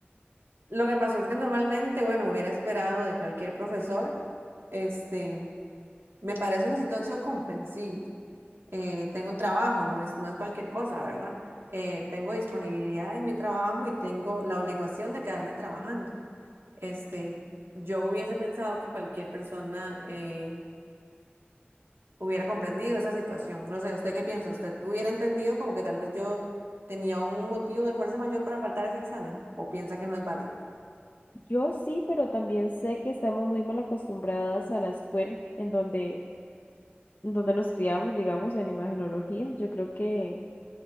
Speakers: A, on the right; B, on the left.
A: lo que pasó es que normalmente, bueno, hubiera esperado de cualquier profesor, este, Me parece una situación comprensible. Eh, tengo un trabajo, no es, no es cualquier cosa, ¿verdad? Eh, tengo disponibilidad en mi trabajo y tengo la obligación de quedarme trabajando. Este, yo hubiese pensado que cualquier persona eh, hubiera comprendido esa situación. No sé, ¿usted qué piensa? ¿Usted hubiera entendido como que tal vez yo tenía un motivo de fuerza mayor para faltar a ese examen? ¿O piensa que no es válido?
B: Yo sí, pero también sé que estamos muy mal acostumbradas a la escuela en donde, en donde nos criamos, digamos, en imagenología. Yo creo que